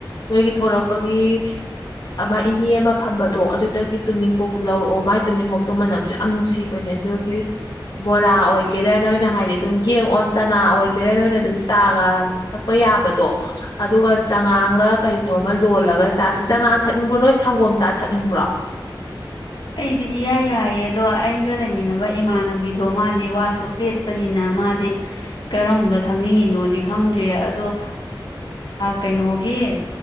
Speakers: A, on the left; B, on the left.
A: ꯅꯣꯏꯒꯤ ꯊꯣꯔꯛꯄꯒꯤ ꯑꯃ ꯏꯅꯦ ꯑꯃ ꯐꯝꯕꯗꯣ ꯑꯗꯨꯗꯒꯤ ꯇꯨꯝꯅꯤꯡꯈꯣꯛꯇꯣ ꯂꯧꯔꯛꯑꯣ ꯃꯥꯏ ꯇꯨꯝꯅꯤꯡꯈꯣꯛꯇꯣ ꯃꯅꯝꯁꯦ ꯌꯥꯝ ꯅꯨꯡꯁꯤꯕꯅꯦ ꯑꯗꯨꯒꯤ ꯕꯣꯔꯥ ꯑꯣꯏꯒꯦꯔꯥ ꯅꯣꯏꯅ ꯍꯥꯏꯗꯤ ꯑꯗꯨꯝ ꯌꯦꯡꯉꯑꯣ ꯆꯅꯥ ꯑꯣꯏꯒꯦꯔꯥ ꯅꯣꯏꯅ ꯑꯗꯨꯝ ꯆꯥꯒ ꯊꯛꯄ ꯌꯥꯕꯗꯣ ꯑꯗꯨꯒ ꯆꯥꯉꯥꯡꯂ ꯀꯅꯣꯃ ꯂꯣꯜꯂꯒ ꯆꯥꯁꯦ ꯆꯥꯉꯥꯡ ꯊꯛꯅꯤꯡꯕ꯭ꯔꯣ ꯅꯣꯏ ꯁꯪꯒꯣꯝ ꯆꯥ ꯊꯛꯅꯤꯡꯕ꯭ꯔꯣ
B: ꯑꯩꯗꯤ ꯏꯌꯥ ꯌꯥꯏꯌꯦ ꯑꯗꯣ ꯑꯩꯒ ꯂꯩꯃꯤꯟꯅꯕ ꯏꯃꯥꯟꯅꯕꯤꯗꯣ ꯃꯥꯗꯤ ꯋꯥꯁꯨ ꯄꯦꯠꯄꯅꯤꯅ ꯃꯥꯗꯤ ꯀꯔꯝꯕ ꯊꯛꯅꯤꯡꯉꯤꯅꯣꯗꯤ ꯈꯪꯗ꯭ꯔꯤ ꯑꯗꯣ ꯀꯩꯅꯣꯒꯤ